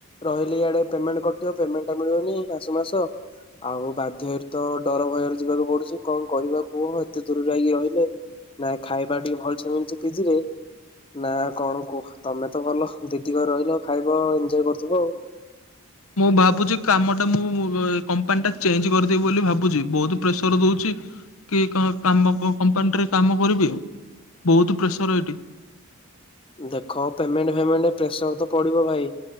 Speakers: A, on the left (about 25°); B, on the left (about 70°).
A: ରହିଲି ଇଆଡେ ପେମେଣ୍ଟ କଟିବ, ପେମେଣ୍ଟ ମିଳିବନି ମାସକୁ, ମାସ। ଆଉ ବାଧ୍ୟରେ ତ ଡର ଭୟରେ ଯିବାକୁ ପଡୁଛି କଣ, କରିବା। ଓ ହୋ, ଏତେ ଦୂରରେ ଯକି ରହିଲେ, ନା ଖାଇବା ଟିକେ ଭଲସେ ମିଳୁଚ ପିଜି ରେ ନା କଣ, କୁହ? ତମେ ତ ଭଲ ଦିଦି ଘରେ ରହିଲ ଖାଇବ। ଏଞଜୟ କରୁଥିବ ଆଉ?
B: ମୁଁ ଭାବୁଛି କାମଟା ମୁଁ କମ୍ପାନୀଟା ଚେଞ୍ଜ କରିଦେବି ବୋଲି ଭାବୁଛି। ବହୁତ ପ୍ରେସର ଦଉଛି। କି, କ କାମ କମ୍ପାନୀରେ କାମ କରିବି ଆଉ ବହୁତ ପ୍ରେସର ଏଠି।
A: ଦେଖ ପେମେଣ୍ଟ, ଫେମେଣ୍ଟ ପ୍ରେସର ତ ପଡିବ ଭାଇ।